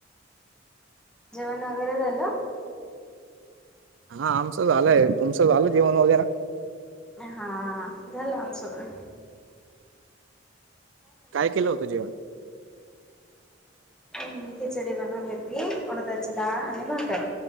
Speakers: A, in the centre; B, on the right.
A: जेवण वगैरे झालं
B: हा आमचं झालंय तुमचं झालं जेवन वगैरे
A: हा झालं आम सगं
B: काय केलं होतं जेवण
A: खिचडी बनवली ती उडदाची डाळ आणि भाकरर